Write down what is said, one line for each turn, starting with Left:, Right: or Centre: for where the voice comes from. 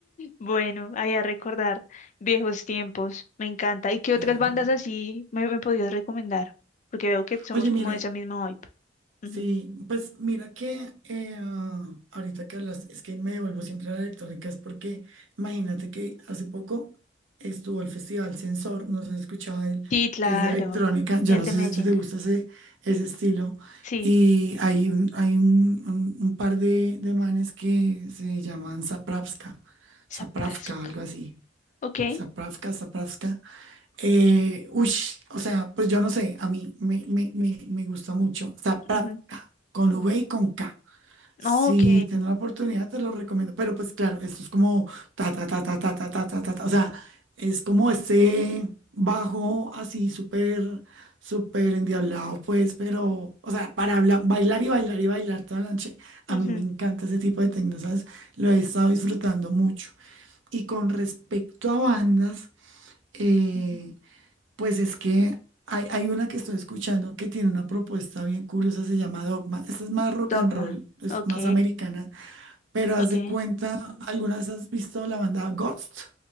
Left: Bueno, ahí a recordar viejos tiempos. Me encanta. ¿Y qué
Right: Claro.
Left: otras bandas así me, me podrías recomendar? Porque veo que somos
Right: Oye,
Left: como
Right: mira,
Left: de esa misma vibe. Ujú.
Right: Sí, pues mira que eh, ahorita que hablas, es que me devuelvo siempre a la electrónica, es porque imagínate que hace poco estuvo el Festival Sensor, no sé si has escuchado de él,
Left: Sí, claro.
Right: que es de electrónica, yo
Left: El
Right: no
Left: de
Right: sé
Left: Medellín.
Right: si te gusta ese, ese estilo,
Left: Sí,
Right: y hay un, hay un, un- un par de, de manes que se llaman Zapravska, Zapravka,
Left: Zaprasca.
Right: algo así,
Left: Ok.
Right: Zapravka, Zapravska, eh, uy, o sea, pues yo no sé, a mí me, me, me, me gusta mucho. Zapravka,
Left: ujú.
Right: con V y con K. Si
Left: Oh, Ok.
Right: tienes la oportunidad, te lo recomiendo. Pero pues claro, esto es como ta, ta, ta, ta, ta, ta, ta, ta, ta. ta. O sea, es como este bajo así súper, súper endiablado, pues, pero, o sea, para habla- bailar y bailar y bailar toda la noche. A
Left: ujú,
Right: mí me encanta ese tipo de tecno, ¿sabes? Lo he estado disfrutando mucho. Y con respecto a bandas, eh,
Left: ujú.
Right: pues es que hay, hay una que estoy escuchando que tiene una propuesta bien curiosa, se llama Dogma. Esta es más rock
Left: Dogma.
Right: and roll, es
Left: Ok.
Right: más americana, pero
Left: Ok.
Right: haz de cuenta, ¿alguna vez has visto la banda Ghost?